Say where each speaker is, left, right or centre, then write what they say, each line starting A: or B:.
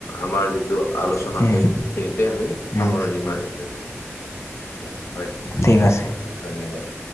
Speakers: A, on the left (about 85°); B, on the left (about 70°).
A: আমাৰ যিটো আলোচনা
B: উম
A: সেইখিনিতে আমি
B: উম
A: সামৰণি মাৰিলো। হয়
B: ঠিক আছে
A: ধন্যবাদ।